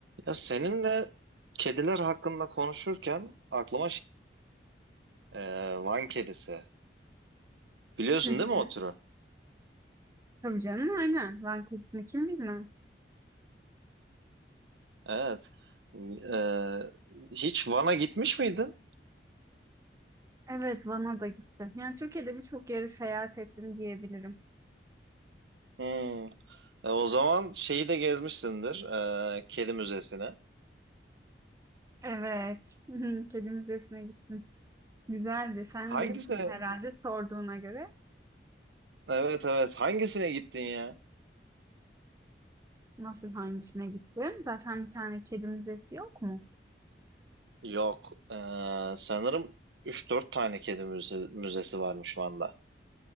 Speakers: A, on the right (about 85°); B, on the right (about 20°).
A: Ya seninle kediler hakkında konuşurken aklıma şey- e, Van kedisi. Biliyorsun
B: Hı hı.
A: değil mi o türü?
B: Tabii canım aynen. Van Kulisi'ni kim bilmez.
A: Evet. E, hiç Van'a gitmiş miydin?
B: Evet Van'a da gittim. Yani Türkiye'de birçok yeri seyahat ettim diyebilirim.
A: Hmm. E, o zaman şeyi de gezmişsindir. e, kedi müzesine.
B: Evet. <laughs> Hı hı. Kedi Müzesi'ne gittim. Güzeldi. Sen
A: Hangisine?
B: de gittin herhalde sorduğuna göre.
A: Evet evet. Hangisine gittin ya?
B: Nasıl hangisine gittim? Zaten bir tane kedi müzesi yok mu?
A: Yok. E, sanırım üç dört tane kedi müze- müzesi varmış Van'da.